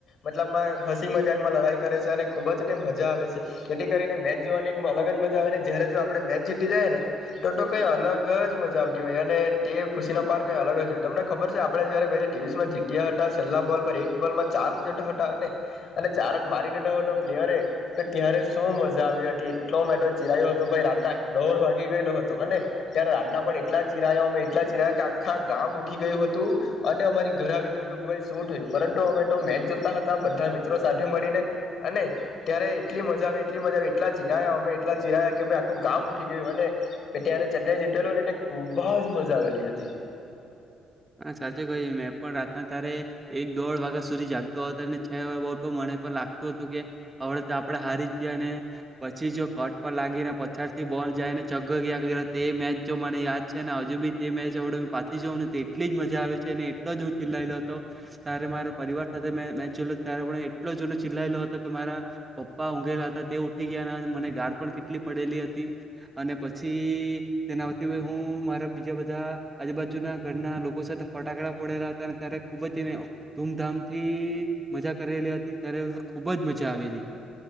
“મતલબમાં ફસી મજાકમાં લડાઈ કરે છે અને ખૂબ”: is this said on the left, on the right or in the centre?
Left